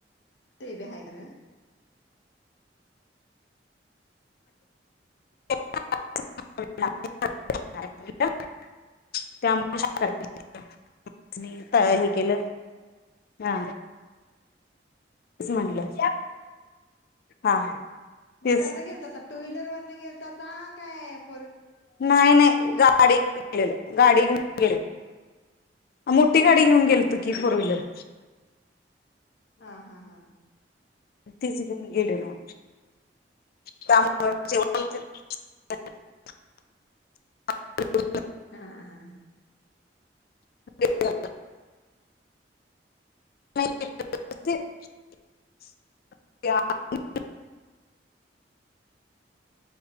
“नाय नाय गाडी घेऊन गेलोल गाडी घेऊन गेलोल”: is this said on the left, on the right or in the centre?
Left